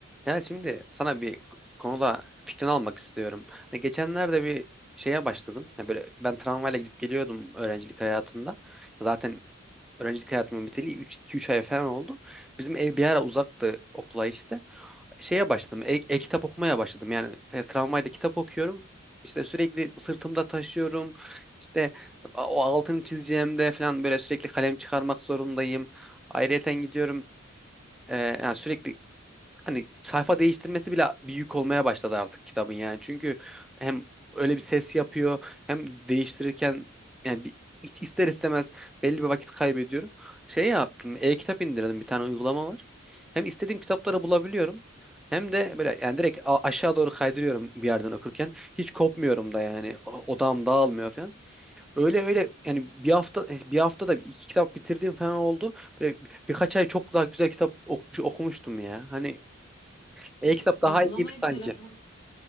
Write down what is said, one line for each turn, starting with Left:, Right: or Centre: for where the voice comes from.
Centre: Yani şimdi sana bir konuda fikrini almak istiyorum. Hani geçenlerde bir şeye başladım. Yani böyle ben tramvayla gidip geliyordum öğrencilik hayatında. Zaten öğrencilik hayatımın biteli üç iki üç ay falan oldu. Bizim ev bir ara uzaktı okula işte. Şeye başladım. e- E-kitap okumaya başladım. Yani e, tramvayda kitap okuyorum. İşte sürekli sırtımda taşıyorum. İşte o altını çizeceğimde falan böyle sürekli kalem çıkarmak zorundayım. Ayrıyeten gidiyorum. E, yani sürekli hani sayfa değiştirmesi bile bir yük olmaya başladı artık kitabın yani. Çünkü hem öyle bir ses yapıyor hem değiştirirken yani bir, hiç ister istemez belli bir vakit kaybediyorum. Şey yaptım e-kitap indirdim bir tane uygulama var. Hem istediğim kitapları bulabiliyorum. Hem de böyle yani direkt a- aşağı doğru kaydırıyorum bir yerden okurken. Hiç kopmuyorum da yani O- odağım dağılmıyor falan. Öyle öyle yani bir hafta eh, bir haftada iki kitap bitirdiğim falan oldu. Böyle birkaç ay çok daha güzel kitap okumuş, okumuştum ya. Hani e-kitap
Left: E, uygulamayı
Centre: daha iyi gibi sanki.
Left: telefon